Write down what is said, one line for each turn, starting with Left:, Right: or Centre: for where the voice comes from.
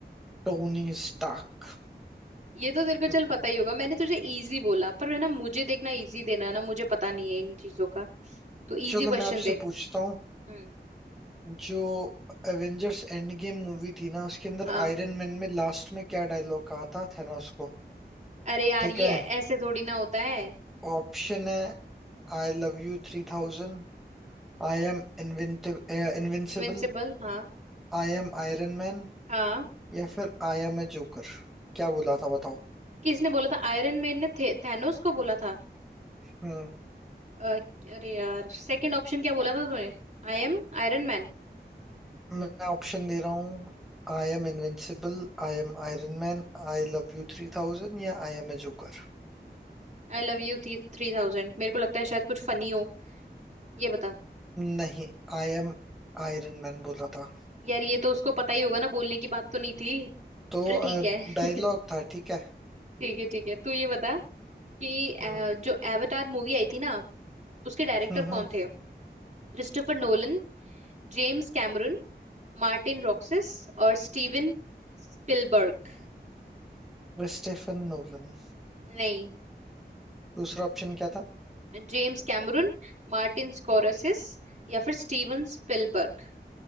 Centre: Tony Stark
Right: ये तो तेरे को
Centre: हम्म,
Right: चल पता
Centre: हम्म।
Right: ही होगा मैंने तुझे इजी बोला पर है ना मुझे देखना इजी देना ना मुझे पता नहीं है इन चीजों का तो इजी
Centre: चलो
Right: क्वेश्चन
Centre: मैं आपसे
Right: दे
Centre: पूछता हूँ
Right: हम्म
Centre: जो एवेंजर्स एंड गेम मूवी थी ना उसके अंदर
Right: हाँ
Centre: आयरन मैन में लास्ट में क्या डायलॉग कहा था थैनोस को
Right: अरे यार
Centre: ठीक
Right: ये
Centre: है
Right: ऐसे थोड़ी ना होता है
Centre: ऑप्शन है I love you three thousand I am inventive invincible
Right: इनविंसिबल हाँ
Centre: I am Iron Man
Right: हाँ
Centre: या फिर आई एम ए जोकर क्या बोला था बताओ
Right: किसने बोला था आयरन मैन ने थे, थैनोस को बोला था
Centre: हम्म।
Right: अ, अरे यार सेकंड ऑप्शन क्या बोला था तूने I am Iron Man
Centre: मैं ऑप्शन दे रहा हूँ I am invincible I am Iron Man I love you three thousand या आई एम ए जोकर
Right: I love you थी थ्री थाउजेंड मेरे को लगता है शायद कुछ फनी हो ये बता
Centre: नहीं आई एम आयरन मैन बोला था
Right: यार ये तो उसको पता ही होगा ना बोलने की बात तो नहीं थी
Centre: तो
Right: चल ठीक है
Centre: डायलॉग
Right: <laughs>
Centre: था ठीक है
Right: ठीक है ठीक है तू ये बता कि अ,
Centre: हम्म
Right: जो एवतार मूवी आई थी ना उसके डायरेक्टर
Centre: हम्म
Right: कौन थे Christopher Nolan James Cameron Martin रॉक्सिस और स्टीवन स्पिलबर्ग
Centre: क्रिस्टेफन नोलन
Right: नहीं
Centre: दूसरा ऑप्शन क्या था
Right: जेम्स कैमरून मार्टिन स्कोरसेस या फिर स्टीवन स्पिलबर्ग